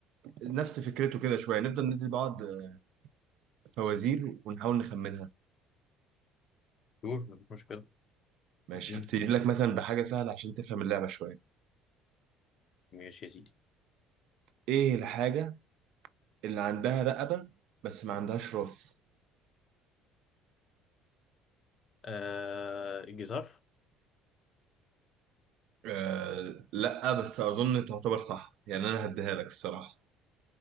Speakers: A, on the right; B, on the left.
A: نفس فكرته كده شويه نفضل ندي بعض آه، فوازير ونحاول نخمنها
B: يقول مفيش مشكله
A: ماشي
B: اديني
A: هبتدي لك مثلا بحاجه سهله عشان تفهم اللعبه شويه
B: ماشي يا سيدي
A: ايه الحاجه اللي عندها رقبه بس ما عندهاش راس
B: آه الجيتار
A: أه لا بس اظن تعتبر صح يعني انا هديها لك الصراحه